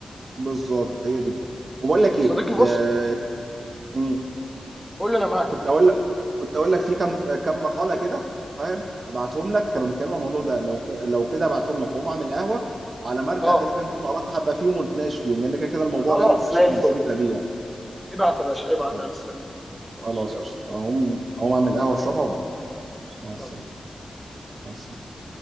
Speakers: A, on the right (about 55°); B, in the centre.
A: بالظبط هي دي الفكره وبقول لك ايه
B: صديقي بص
A: آه مم،
B: قول لي انا معاك
A: كنت اقول لك كنت اقول لك في كم كم مقاله كده فاهم ابعتهم لك كانوا بيتكلموا عن الموضوع ده لو ف... لو كده ابعتهم لك واقوم اعمل قهوه وعلى ما ارجع
B: اه
A: كده فاهم تكون قرات حبه فيهم ونتناقش فيهم لان كده كده الموضوع
B: خلاص
A: جامد فشخ
B: زي الفل
A: وانا مستمتع بيه يعني
B: ابعت يا باشا ابعت
A: طيب،
B: انا مستنيك
A: خلاص
B: ماشي يلا
A: قشطه اقوم اقوم اعمل
B: مع السلامه
A: قهوه اشربها ولا مع السلامه
B: خلاص
A: مع السلامه